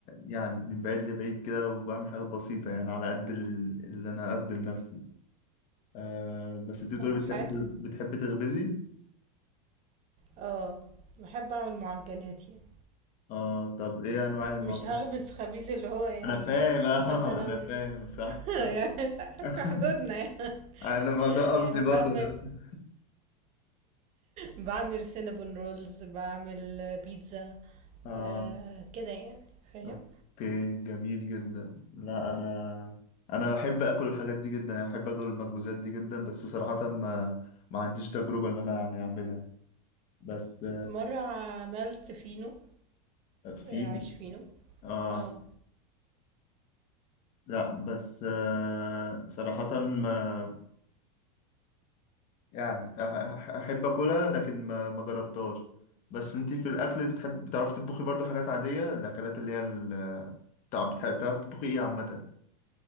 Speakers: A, on the left; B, on the right.
A: يعني من بعيد لبعيد كده وبعمل حاجات بسيطة يعني على قد ال- اللي أنا أخدم نفسي أه بس انت بتقولي
B: <laughs> طب حلو
A: بتحبي تغ- بتحبي تخبزي؟
B: اه بحب اعمل معجنات يعني
A: اه طب ايه أنواع المعجنات؟
B: مش اخبز خبيز اللي هو يعني,
A: أنا فاهم
B: يعني
A: <laughs> أه
B: مثلا
A: أنا فاهم
B: <laughs>
A: صح صح
B: يعني
A: <laughs>
B: في حدودنا يعني,
A: أنا ما ده قصدي
B: يعني
A: برضه
B: بعمل
A: أنا
B: بعمل سينابون رولز بعمل بيتزا
A: اه
B: آه كده يعني فاهم
A: اوكي جميل جدا لا انا انا بحب اكل الحاجات دي جدا انا بحب اكل المخبوزات دي جدا بس صراحة ما ما عنديش تجربة ان انا يعني اعملها بس
B: مرة عملت فينو
A: آه، في
B: آه، عايش فينو
A: اه
B: اه
A: لا بس آه صراحة ما يعني أح- أح- احب اكلها لكن ما ما جربتهاش بس انتي في الاكل بتحب بتعرفي تطبخي برضو حاجات عادية الاكلات اللي هي ال... بتع- بتح- بتعرفي تطبخي ايه عامة